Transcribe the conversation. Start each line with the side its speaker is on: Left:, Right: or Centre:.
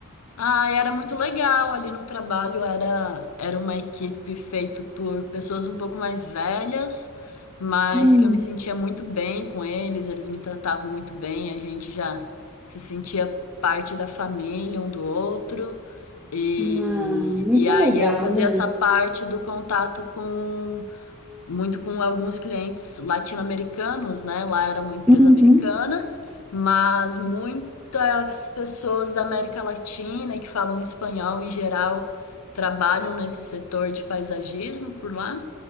Left: Ah, e era muito legal ali no trabalho. Era, era uma equipe feita por pessoas um pouco mais velhas, mas
Centre: Hum.
Left: que eu me sentia muito bem com eles. Eles me tratavam muito bem. A gente já se sentia parte da família um do outro. E,
Centre: Ah, muito
Left: e aí
Centre: legal,
Left: eu fazia
Centre: né?
Left: essa parte do contato com muito com alguns clientes latino-americanos, né? Lá era uma empresa
Centre: Uhum,
Left: americana, mas muitas pessoas da América Latina e que falam espanhol em geral trabalham nesse setor de paisagismo por lá.